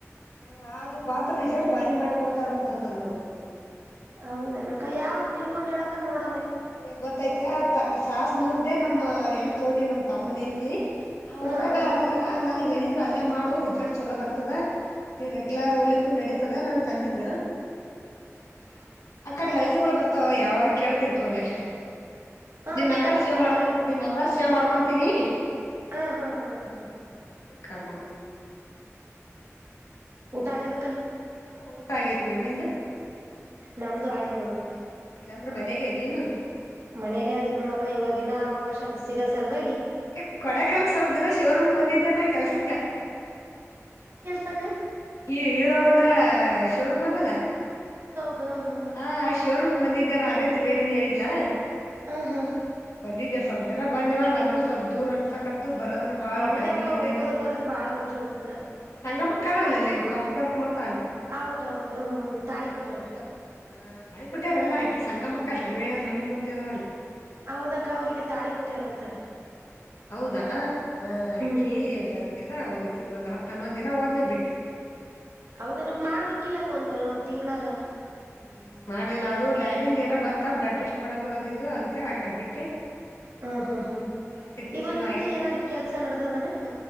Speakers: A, on the left; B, on the right.
A: ಹ ಅದು ಬಾತ್ರ ರಿಸರ್ಲ್ಟ್ ಭಾರಿ ಮಾಡಿ ಕೊಡ್ತಾರ ಅಂತಂದ್ರ ನೋಡಿ.
B: ಹೌದನಕ ಯಾವ್ದ್ ತಿಳ್ಕೊಂಡ್ ಹೇಳಕ ನೋಡ.
A: ಅಯ್ಯ ಗೊತ್ತೈತ ಸಾಸ ನೂರ್ದೇ ನಮ್ಮ ಹೆಣ್ಣ ತಗೊಂಡಿವ್ ನಮ್ ತಮ್ಮನ ಹೆಂಡ್ತಿ. ಆ
B: ಹಾ
A: ಊರಾಗ
B: ಹಾ ಹಾ
A: ಅಗರ ನನ್ಗ್ ಹೇಳಿದ್ರು. ಅಲ್ಲೇ ಮಾಡು ರಿಚರ್ಡ್ ಚೊಲೋ ಬರ್ತದೆ ನೀ ರೆಗ್ಯುಲರ್ ಹೋಲಿಕ್ಕೂ ನಡೀತದೆ ನನ್ ತಂದಿದ್ರು.
B: ಹ <inaudible>
A: ಆ ಕಡೆ ಹಳ್ಳಿಗಳು ಬರ್ತಾವ ಯಾವಾಗ ಕೇಳ್ತಿಂತವ ನೆಕ್ಸ್ಟ್.
B: ಹಾ
A: ನಿನ್ ನಂಬರ್
B: ಕೇಳಾಕಿ
A: ಸೇವ್
B: ನಮ್ದನ್
A: ಮಾಡ್ ನಿ ನಂಬರ್ ಸೇವ್ ಮಾಡ್ಕೊಂತನಿ.
B: ಹಾ ಹಾ ಹಾ ಅಕ್ಕ.
A: ಕಾಲ್ ಮಾಡ.
B: ಉಟಾಕದ.
A: ಹ ಊಟ ಆಗೇತ್ ನೋಡ್ ನಿಂದು.
B: ನಮ್ದು ಆಯ್ತ್ ನೋಡಕ್ಕ.
A: ಈಗಂದ್ರ ಮನೆಗೆ ನೀನು
B: ಮನೆಗೆ ಅದ ನೋಡಕ ಇವಾಗಿನ ಅವಕಾಶ ಅದು ಸಿಗಸಲ್ವ.
A: ಏ ಕೊಡ ಕಾಲಕ್ ಸ್ವಲ್ಪ ದಿನ ಶೋರೂಮ್ಕ್ ಬಂದಿದ್ದೇ ನಾ ಕೆಲ್ಸಕ್ಕ.
B: ಸಾಕ.
A: ಈ ಹೀರೋ ಉಂಡ ಶೋರೂಮ್ ಅದಲ್ಲ
B: ಹಾ ಹಾ ಹಾ
A: ಆ ಆ ಶೋರೂಮ್ ಬಂದಿದ್ದ್ಯಾ ನ ಅದೇ ತ್ರಿವೇಣ ಹೇಳಿದಿಲ್ಲ
B: ಹ ಹಾ
A: ಬಂದಿದ್ಯಾ. ಸ್ವಲ್ ದಿನ ಬಂದಿವ ನನಗೂ ಸ್ಲ್ಪ ದೂರ ಅನ್ಸಕತ್ತೆ. ಬರದನು ಬಾಳ
B: ಹೌದಕ್ಕ
A: ಟೈಮಿಂಗ್ ಇಲ್ಲ
B: ಹೋಗೋದು
A: ನಿಲ್ಲ
B: ಬರೋದು ಬಾಳ ವಜ್ಜಿ ಹೋಗುತ್ತ
A: ಸಂಗಮ್ಮ. ಕಾಣಲ್ಲ ನೀವು ಕಂಪ್ಯೂಟರ್ಕ್ ಮಾಡ್ತಾಲ್ಲ.
B: ಹೌದೌದು ತಾಳಿಕೋಟೆಯವರು.
A: ಸ ಹ ತಾಯಿ ಕೊಟ್ಟ್ಯಾರಲ್ಲ ಅಕ್ಕಿ ಸಂಗಮಕ್ಕ ಅ ತಿರಿವೇಳಿ ಅವ್ರ ಮನೆ ಮುಂದೆರಲ್ಲ.
B: ಹೌದಕ್ಕ ಅವ್ರಿಗೆ ತಾಳಿ ಕೊಟೇರಂತಾರ.
A: ಹೌದಾ ಹ ಅಕಿ
B: ಹ್ಮ್
A: ಬಂತ. ನ ಹೋಗಯ್ತಿವಿ ಒಂದ ಹನ್ನೊಂದ್ ದಿನ ಹೋದ್ನೆೇ ಬಿಟ್ಟೆ.
B: ಹೌದನಕ್ ಮಾಡ್ಬೇಕಕ್ ಇಲ್ಲಾಕ್ಕ ಒಂದ್ವ ಒಂದ್ ತಿಂಗ್ಗಳಾರ.
A: ಹ್ಮ್ ಮಾಡಿಲ್ಲ ಅದು ಲ್ಯಾಬಿಂದು ಏನ ಬಂತ ಬ್ಲಡ್ ಟೆಸ್ಟ್ ಮಾಡೋದು ಅದು ಇದು ಅಂತ ಹೇಳ ಕಡ್ಬಿಟ್ಟಿ.
B: ಹ ಹಾ ಹಾ
A: ಲ್ಯಾಬ್ ಟೆಕ್ನಿ
B: ಇವ
A: ಚನ
B: ನಿಮ್ದು
A: ಆಗಿತ್ತ
B: ಏನಾದ್ರೂ ಕೆಲ್ಸ ನಡ್ದದನಕ್ಕ